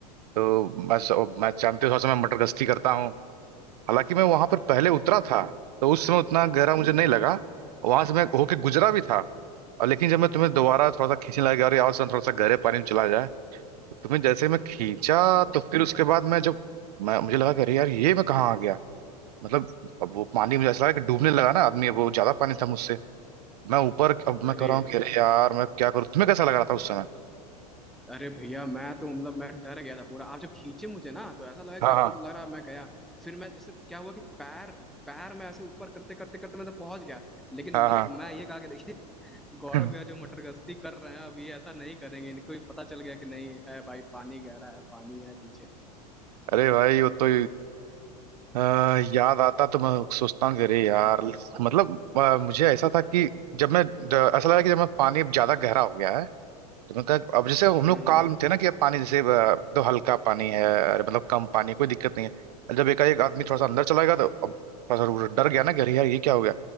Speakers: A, on the right (about 75°); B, in the centre.
A: तो मैं मैं जानते हो थोड़ा सा मैं मटर गश्ती करता हूँ हालांकि मैं वहां पर पहले उतरा
B: अरे
A: था तो उस समय उतना गहरा मुझे हम्म, नहीं लगा वहां से मैं होके गुजरा भी था और लेकिन जब मैं तुम्हें दोबारा थोड़ा सा खींचने लगा अरे और थोड़ा सा गहरे पानी में चला जाए तो तुम्हें जैसे मैं खींचा तो फिर उसके बाद मैं जब मैं मुझे लगा कि अरे यार ये मैं कहाँ आ गया मतलब अब वो पानी मुझे ऐसा लगा कि डूबने लगा ना आदमी अब वो ज्यादा पानी था मुझसे मैं ऊपर अब मैं
B: अरे
A: कह रहा
B: <laughs>
A: हूँ कि अरे यार मैं क्या करूँ तुम्हें कैसा लग रहा था उस समय
B: अरे भैया मैं तो मतलब मैं डर गया था पूरा आप जब खींचे मुझे ना तो ऐसा लगा कि
A: हाँ
B: अब
A: हाँ
B: तो लग रहा है मैं गया फिर मैं जैसे क्या हुआ कि पैर पैर मैं ऐसे ऊपर करते करते करते मैं तो पहुंच गया लेकिन
A: हाँ
B: बस
A: हाँ।
B: मैं ये कहा कि देखिए गौरव
A: <laughs>
B: भैया जो मटर गश्ती कर रहे हैं अब ये ऐसा नहीं करेंगे इनको भी पता चल गया कि नहीं है भाई पानी गहरा है पानी है पीछे
A: अरे भाई वो तो आ, याद आता तो मैं सोचता हूँ कि अरे यार
B: यार
A: मतलब आ, मुझे ऐसा था कि जब मैं द- ऐसा लगा कि जब मैं पानी अब ज्यादा गहरा हो गया है तो मतलब अब जैसे हम
B: हम्म
A: लोग काल्म थे ना कि अब पानी जैसे अ, तो हल्का पानी है अरे मतलब कम पानी है, कोई दिक्कत नहीं है और जब एकाएक आदमी थोड़ा सा अंदर चला गया तो अब थोड़ा सा वो डर गया ना कि अरे यार ये क्या हो गया